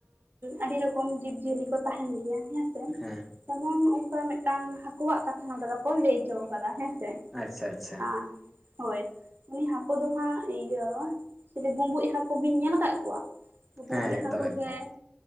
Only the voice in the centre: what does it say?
ᱦᱮᱸ
ᱟᱪᱪᱷᱟ ᱟᱪᱪᱷᱟ
ᱦᱮᱸ ᱮᱠᱫᱚᱢ
ᱮᱠᱫᱚᱢ